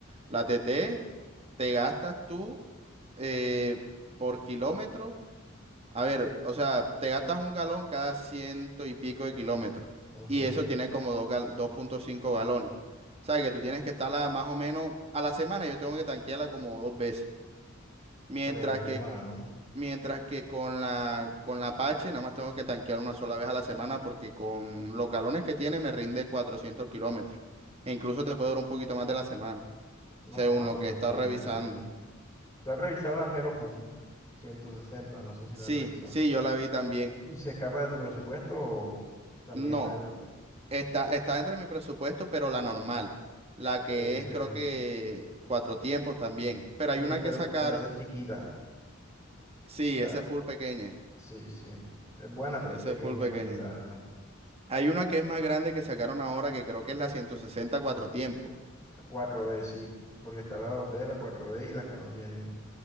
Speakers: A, on the right; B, on the left.
A: la TT te gastas tú eh, por kilómetro. A ver, o sea, te gastas un galón cada ciento y pico de kilómetros.
B: Ujú.
A: Y eso tiene como dos gal- dos punto cinco galones. O sea, que tú tienes que estarla más o menos a la semana. Yo tengo que tanquearla como dos veces. Mientras
B: Breve,
A: que
B: mano.
A: Mientras que con la, con la Apache nada más tengo que tanquear una sola vez a la semana porque con los galones que tiene me rinde 400 kilómetros. E incluso te puede durar un poquito más de la semana,
B: No,
A: según
B: joda, mano,
A: lo que he estado
B: firme,
A: revisando.
B: firme. Tú has revisado la Hero Jun 160? no sé si
A: Sí,
B: lo has revisado.
A: sí, yo la vi también.
B: ¿Y se escapa de tu presupuesto o también
A: No,
B: está en... re-
A: está, está dentro de mi presupuesto, pero la normal. La que
B: Ok.
A: es creo que cuatro tiempos también. Pero
B: Sí,
A: hay una
B: pero,
A: que sacaron.
B: pero esa es chiquita,
A: Sí,
B: la...
A: esa es full pequeña.
B: Sí, sí. Es buena, pero
A: Esa
B: es pequeña
A: es full pequeña.
B: para ti, la verdad.
A: Hay una que es más grande que sacaron ahora que creo que es la 160 cuatro tiempos
B: La Cuatro b sí, porque está la 2B, la 4B y las que no tienen